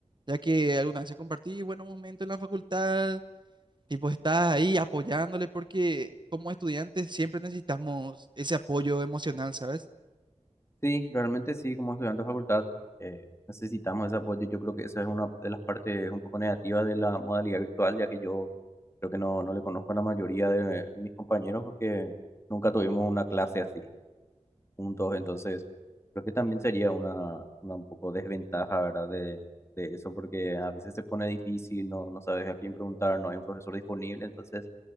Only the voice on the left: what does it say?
Sí, realmente sí, como estudiante de facultad eh, necesitamos ese apoyo. Yo creo que esa es una de las partes un poco negativas de la modalidad virtual, ya que yo creo que no, no le conozco a la mayoría de, de mis compañeros porque nunca tuvimos una clase así juntos. Entonces, creo que también sería una, una un poco desventaja, ¿verdad? De, de eso, porque a veces se pone difícil, no, no sabes a quién preguntar, no hay un profesor disponible, entonces